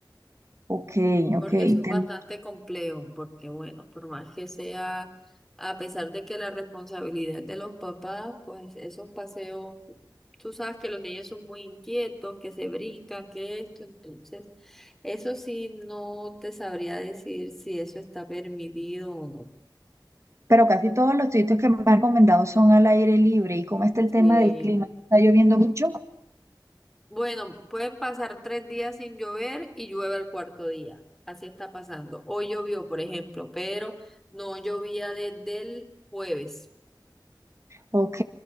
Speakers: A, on the right (about 35°); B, in the centre.
A: Ok, ok.
B: Porque eso es
A: ten-
B: bastante complejo, porque bueno, por más que sea, a pesar de que la responsabilidad es de los papás, pues esos paseos, tú sabes que los niños son muy inquietos, que se brincan, que esto, entonces, eso sí no te sabría decir si eso está permitido o no.
A: Pero casi todos los sitios que me han recomendado son al aire libre. ¿Y cómo está el tema
B: Eh,
A: del clima? ¿Está lloviendo mucho?
B: bueno, pueden pasar tres días sin llover y llueve el cuarto día. Así está pasando. Hoy llovió, por ejemplo, pero no llovía desde el jueves.
A: Ok,